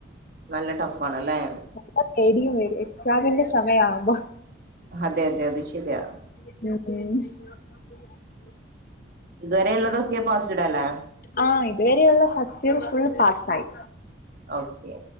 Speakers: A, on the right; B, on the left.
A: നല്ല ടഫ് ആണല്ലേ
B: നല്ല പേടിയും വരും എക്സാമിന്റെ സമയം ആവുമ്പോ
A: അതെ അതെ അത് ശരിയാ
B: <unintelligible>
A: ഇതുവരെ ഉള്ളതൊക്കെ പോസിഡ അല്ലേ
B: ആ ഇതുവരെയുള്ള ഫസ്റ്റ് ഫുള്ള് പാസ്ായി
A: ഓക്കെ